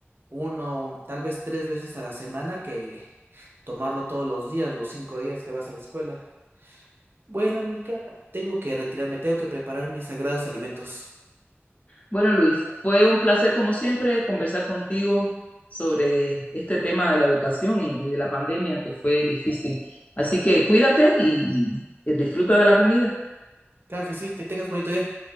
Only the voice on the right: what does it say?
uno, tal vez tres veces a la semana que tomarlo todos los días, los cinco días que vas a la escuela. Bueno, Nica, tengo que retirarme, tengo que preparar mis sagrados alimentos.
Claro que sí, que tengas bonito día.